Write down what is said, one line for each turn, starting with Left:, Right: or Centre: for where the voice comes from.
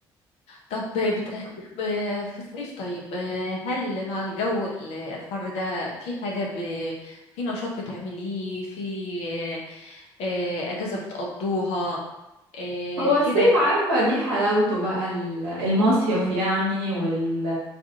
Left: طب بت... ب- في الصيف طيب آه، هل مع الجو ال- الحر ده في حاجة ب... في نشاط بتعمليه في آه، آه، أجازة بتقضوها آه،
Right: هو
Left: كده
Right: الصيف
Left: يعني.
Right: عارفة دي حلاوته بقى ال- المصيف يعني وال